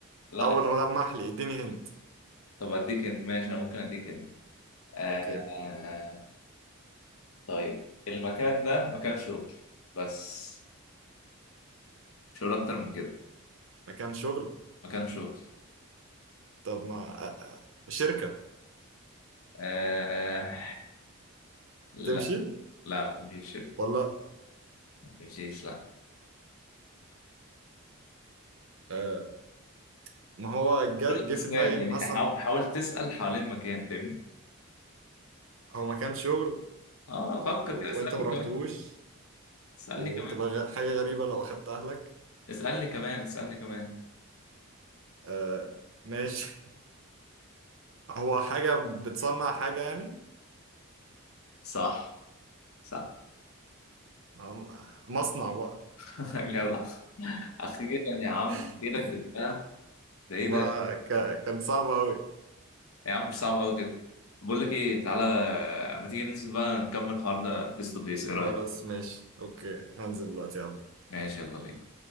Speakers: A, on the left (about 75°); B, on the right (about 60°).
A: لا
B: اول لمح لي اديني هنت
A: طب اديك انت ماشي انا ممكن اديك انت آه
B: اوكي
A: آه، طيب المكان ده مكان شغل بس مش هقول اكتر من كده
B: مكان شغل
A: مكان شغل
B: طب ما آه، آه، شركه
A: آه لا
B: تمشي
A: لا مفيش
B: ولا
A: مفيش لا
B: آه، ما هو جا-
A: قول
B: جه
A: حسات
B: في دماغي إن
A: يعني
B: مثلا
A: حاول حاول تسأل حوالين المكان فاهمني
B: هو مكان شغل
A: اه فكر
B: وانت
A: كده اسألني
B: ما رحتوش
A: كمان اسألني
B: وتبقى
A: كمان
B: غ- حاجة غريبة لو اخدت اهلك
A: اسألني كمان اسألني كمان
B: آه ماشي <laughs> هو حاجة بتصنع حاجة يعني
A: صح صح
B: آه، مصنع بقى
A: <laughs> يلا اخيرا يا عم
B: <laughs>
A: اخيرا جبناها ده ايه
B: ما
A: ده
B: ك... كان صعب أوي
A: يا عم مش صعب قوي كده بقول لك ايه تعالى ما تيجي ننزل بقى نكمل الحوار ده فيس تو فيس ايه رايك
B: خلاص ماشي اوكي هنزل دلوقتي يلا
A: ماشي يلا بينا